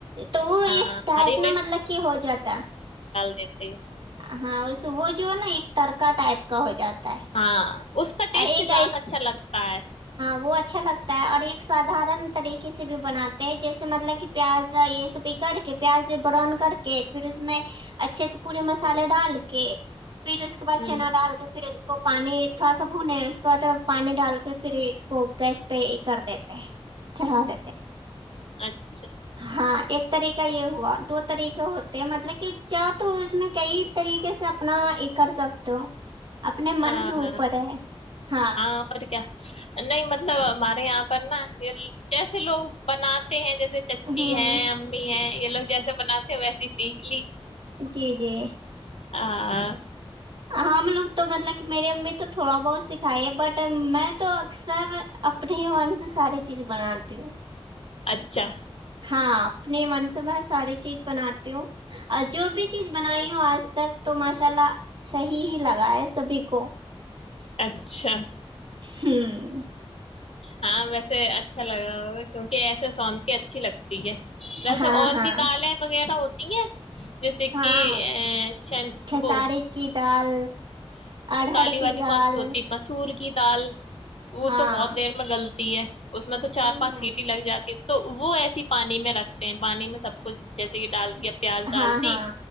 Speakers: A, on the right; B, on the left.
A: تو وہ
B: ہاں
A: ایک ٹائ
B: ہری
A: اپنا مطلب کہ ہو جاتا
B: دی تھ
A: ہاں وہ جو ہے نا ایک ترکا ٹائپ کا ہو جاتا ہے
B: ہاں اس کا ٹیسٹ
A: اور ایک
B: زیادہ اچھا لگتا ہے ہ
A: وہ اچھا لگتا ہے اور ایک سدارن طریقے سے بھی بناتے ہیں جیسے مطلب کہ پیاز یہ سب پکڑ کے پیاز بران کر کر کے پھر اس میں اچھے سے پورے مسالے ڈال پھر اس کے بعد
B: ہ
A: چنا ڈال کے پھر اس کو پانی تھوڑا سا بھنے اس کے بعد پانی ڈال کے پھر اس کو گیس پہ ہی کر دیتے چلا دیتے
B: اچھ <inaudible>
A: ہاں ایک طریق یہ ہو دو طریقے ہوتے ہیں مطلب کہ چاہ تو اس میں کئی طریقے سے اپنا یہ کر سکتے ہو اپنے من
B: ہاں
A: کے
B: ہاں
A: اوپر ہے ہاں
B: اور کیا نہیں مطلب ہمارے یہاں پر نا جیسے لوگ بناتے ہیں جیسے م چچی
A: ہوں
B: ہیں امی ہیں یہ لو جیسے بنات ہیں ویس ہی سیکھ
A: ج جی جی
B: آ <inaudible>
A: آ م لوگ تو مطلب میری امی تو تھوڑا بہت سکھائی ہے بٹ میں تو اکثر اپنے ہی من سے ساری چیز بناتی ہوں
B: اچھا
A: ہاں اپنے من سے میں ساری چیز بناتی ہوں اور جو بھی چیز بنائی ہوں آج تک تو ماشاء اللہ صحیح ہی لگا ہے سبھی کو
B: اچھا
A: ہوں
B: ہاں ویسے اچھا لگ رہا ہو کیونکہ ایسے سونند کی اچھی لگتی ہے جیسے
A: ہاں
B: اور
A: ہاں
B: بھی دالیں وغیرہ ہو ت ہے جیسے
A: ہاں
B: کہ ا چ
A: کھساری
B: وہ
A: کی دال ارہر
B: کالی
A: کی
B: والی
A: دال
B: کون سی ہوتی مسور کی تال وہ
A: ہاں
B: تو بہت دیر میں گل تی ہے اس میں تو چار
A: ہوں
B: پانچ
A: ہوں
B: سیٹی لگ جاتی تو وہ ایسی ہی پانی میں رکھتے ہیں پانی میں سب کچھ جیسے کہ ڈال کےیا پیاز ڈال
A: ہاں
B: دی
A: ہاں